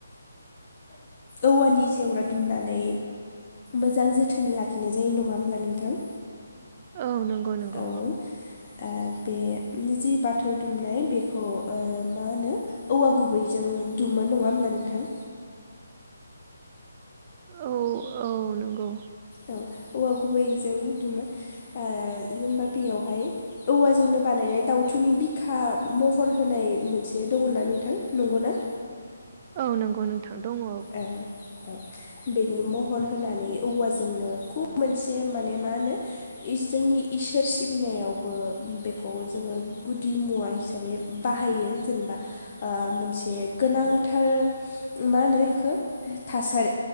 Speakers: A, on the left (about 40°); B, on the right (about 30°).
A: औवानि जेवरा दुमनानै मोजां जोथोनै लाखिनाय जायो नङा होमब्ला नोंथां?
B: औ नंगौ नंगौ
A: औ। ओ बे जि बाथौ दुमनाय बेखौ ओ मा होनो औवा गुबैजों दुमो नङा होमब्ला नोंथां?
B: औ औ नंगौ।
A: औ औवा गुबैजों दुमो ओ जेनेबा बेयावहाय औवाजोंनो बानायनाय दाउथुनि बिखा महर होनाय मोनसे दङना नोंथां नंगौना?
B: औ नंगौ नोंथां दङ।
A: ओ औ बेनि महर होनानै औवाजोंनो खुब मोनसे माने मा होनो जोंनि इसोर सिबिनायावबो बेखौ जोंङो गुदि मुवा हिसाबै बाहायो जेनेबा ओ मोनसे गोनांथार मा होनो? हो थासारि